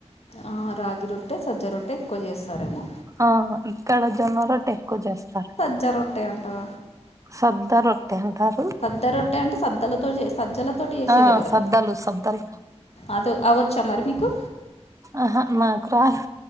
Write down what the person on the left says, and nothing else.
ఆ రాగి రొట్టె సజ్జ రొట్టె ఎక్కువ చేస్తారేమో
చ రొట్టే ఉంటద
త్త రొట్టె అంటే సజ్జలతోటి సజ్జలతోటి చేసేదే
కదా
అదు అవచ్చా మరి మీకు